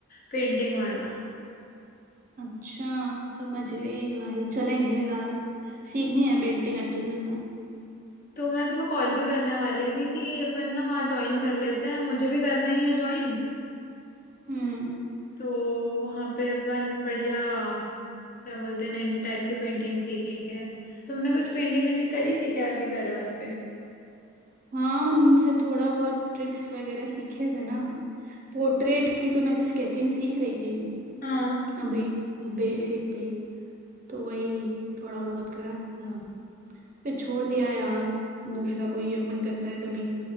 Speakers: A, on the left (about 45°); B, on the right (about 40°).
A: पेंटिंग वाला
B: अच्छा समझ गई भाई चलेंगे यार सीखनी है पेंटिंग अच्छी करना
A: तो मैं तुम्हें कॉल भी करने वाली थी कि अपन ना वहाँ ज्वाइन कर लेते हैं मुझे भी करना ही है ज्वाइन
B: हम्म
A: तो वहाँ पे अपन बढ़िया क्या बोलते हैं नई नई टाइप की पेंटिंग सीखेंगे तुमने कुछ पेंटिंग वेंटिंग करी थी क्या अभी घर वर पे
B: हाँ उनसे थोड़ा बहुत ट्रिक्स वगैरह सीखे थे ना पोर्ट्रेट की तो मैं तो स्केचिंग सीख रही थी
A: हाँ
B: अभी बेसिक पे ही, तो वही थोड़ा बहुत करा था फिर छोड़ दिया यार दूसरा कोई अब मन करता है कभी